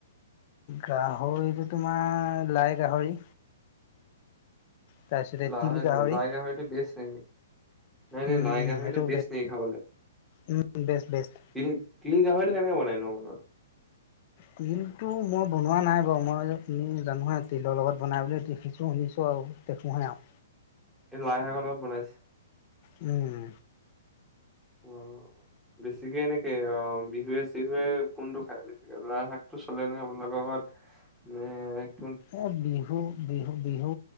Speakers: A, on the left; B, in the centre.
A: গাহৰিটো তোমাৰ লাই গাহৰি তাৰপিছতে
B: লয়
A: তিল গাহৰি
B: গাহৰিটো বেছ নেকি এ
A: উম
B: লাই
A: উম
B: গাহৰিতো
A: সেইটো
B: বেষ্ট নেকী খাবলৈ। তিল
A: উম বেষ্ট বেষ্ট
B: তিল গাহৰিটো কেনেকে বনাই নহ আপোনালোকৰ।
A: তিলটো মই বনোৱা নাই বাৰু মই আপমি জানোহে তিলৰ লগত বনাই বুলি দেখিছোঁ শুনিছোঁ আৰু দেখুহে আও
B: এই লাইশাকৰ লগত বনাইছে।
A: উম
B: উম বেছিকে এনেকে অ বিহুৱে চিহুৱে কোনটো খায় বেছিকে লাই শাক টো চলে নে আপোনালোকৰ। খত এ খত।
A: এ বিহু বিহু বিহু